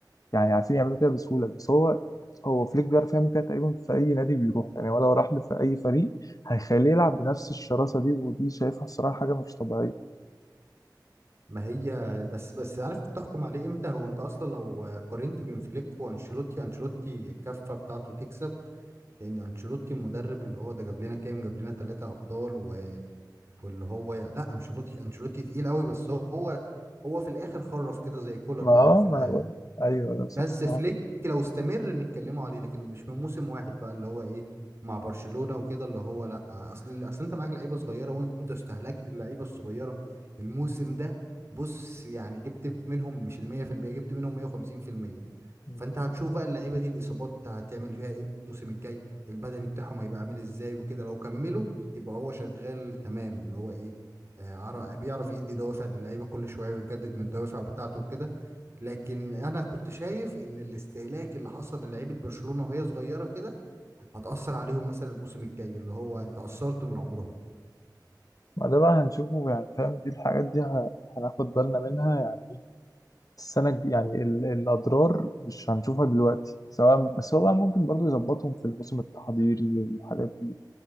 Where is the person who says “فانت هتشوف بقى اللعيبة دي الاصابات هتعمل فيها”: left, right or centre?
Right